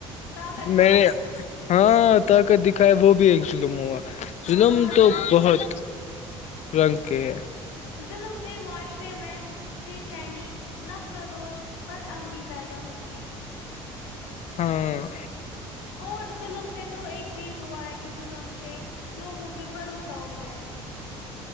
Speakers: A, on the left; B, on the left.
A: طاقت دکھایا
B: میں نے ہاں طاقت دکھائے وہ بھی ایک ظلم ہوا
A: ہاں
B: ظلم تو
A: ظلم
B: بہت
A: سے
B: رنگ کے ہے
A: ظلم سے معاشرے میں بے چینی نفرتور بد امنی پیدا ہوتی د ہے
B: ہاں
A: اور ظلم سے تو ایک چیز ہوا ہے کہ ظلم سے لوگوں پہ بھروسہ اڑ گیا ہے